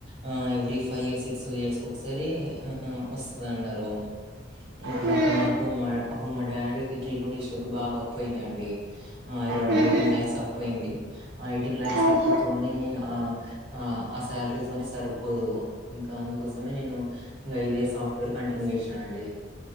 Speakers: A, on the right; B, on the right.
A: ఆ every five years six years ఒకసారి ఆ వస్తదన్నారు ఇంకా
B: మ్మ్
A: అప్పుడు నాకు మా అప్పుడు మా డాడీకి ట్రీట్మెంట్ ఇచ్చేటప్పుడు బాగా అప్పయిదండి ఆ అరౌండ్
B: మ్మ్
A: ఎయిటీన్
B: హు
A: లాక్స్ అప్పయింది ఆ ఎయిటీన్ లాక్స్
B: ఓహో
A: అప్పుతోని ఆ ఆ ఆ శాలరీతోని సరిపోదు ఇంకా అందుకోసమే నేను ఇంగా ఇదే సాఫ్ట్వేర్ కంటిన్యూ చేసినా అండి